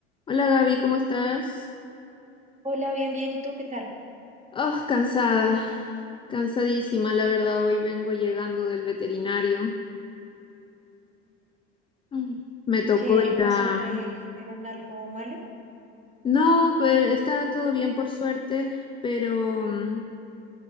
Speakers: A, on the left; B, on the right.
A: Hola Gaby, ¿cómo estás?
B: Hola, bien, bien. ¿Y tú qué tal?
A: Oh, cansada, cansadísima, la verdad, hoy vengo llegando del veterinario. Mm. Me tocó
B: ¿Qué
A: ir
B: pasó?
A: a...
B: ¿Te dijeron algo malo?
A: No, pero está todo bien por suerte, pero mm,